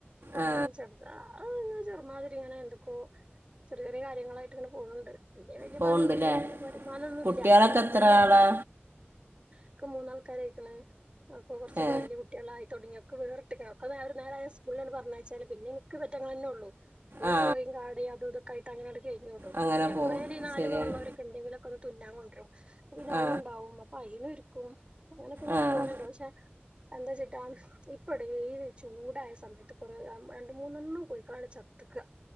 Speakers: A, on the right (about 65°); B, on the right (about 25°).
A: ആ
B: ഓഹ് ചെർതാ ആഹ്ഹ് മാതിരിങ്ങനെ എന്ത്ക്കൊ ചെറ്യ കാര്യങ്ങളായിട്ട് ഇങ്ങനെ പോണുണ്ട്. വല്യ വരുമാനമൊന്നും
A: പോകണ്ടല്ലേ
B: ഇല്ല. വല്യ വരുമാനമൊന്നും
A: കുട്ടികളൊക്കെ
B: ഇല്ല. അപ്പോ പിന്നെ എന്തെങ്കിലും
A: എത്ര ആളാ
B: ഇക്ക് മൂന്നാൾക്കാരായ്ക്ക്ണ് അപ്പോ കൊറച്ചോക്കെ
A: ഏ
B: വല്യ കുട്ട്യാളായി തുടങ്ങിയ ഒക്കെ വേറിട്ടക്ക്ണ്. അപ്പ നേരം നേരായ സ്കൂളിലങ്ങാട് പറഞ്ഞയച്ചാല് പിന്നെനിക്ക് ഇവറ്റങ്ങളന്നെള്ളൂ. ഈ
A: ആ
B: കോയീം കാടേം അതും ഇതും കൈത അങ്ങാണ്ട് കഴിഞ്ഞുടും
A: അങ്ങനെ
B: പിന്നെ എപ്ളേലു
A: പോവും
B: ഈ നാലു
A: ശരിയാണ്
B: പൊറള്ളോരൊക്കണ്ടെങ്കിലും ക്കൊ ഒന്ന് തുന്നാൻ കൊണ്ട് രും അപ്പൊ പിന്നെ അഉം
A: ആ
B: ണ്ടാവും അപ്പൊ അയ്ന് കു <unintelligible> അങ്ങനൊക്കെങ്ങനെ
A: ആ
B: പോണുന്നുണ്ട് പക്ഷെ - എന്താ വച്ചിട്ടാ ഇപ്പ ഇവിടെ ഏത് ചൂടായ സമയത്ത് കൊറേ രണ്ട് മൂന്നെണ്ണം കോഴക്കളാണ് ചത്തേക്ക്ക